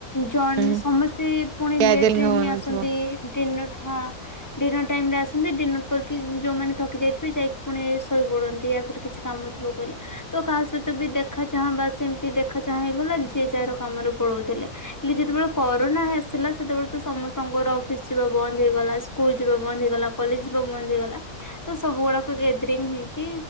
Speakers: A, on the left; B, on the right.
A: ଜଣ
B: ହୁଁ
A: ସମସ୍ତେ ପୁଣି
B: ଗ୍ୟାଦରିଙ୍ଗ
A: ଲେଟ୍
B: ହଉନଥିବ
A: ଡି ହଁ ଡିନର ଟାଇମରେ ଆସନ୍ତି ଡିନର କରିକି ଯୋଉମାନେ ଥକି ଯାଇଥିବେ ଯାଇ ପୁଣି ଶୋଇ ପଡନ୍ତି ୟ ଫର କିଛି କାମ ଥିବ କହିଲେ ତ କାହା ସହିତ ବି ଦେଖା ଚାହାଁ ବା ସେମିତି ଦେଖା ଚାହାଁ ହେଇଗଲା ଯିଏ ଯାହାର କାମରେ ପଳଉଥିଲେ। ଯେତେବେଳେ କରୋନା ଆସିଲା ସେତେବେଳେ ତ ସମସ୍ତଙ୍କର ଅଫିସ ଯିବା ବନ୍ଦ ହେଇଗଲା ସ୍କୁଲ ଯିବା ବନ୍ଦ ହେଇଗଲା କଲେଜ ଯିବା ବନ୍ଦ ହେଇଗଲା। ତ ସବୁ ଗୁଡାକ ଗେଦରିଙ୍ଗ ହେଇକି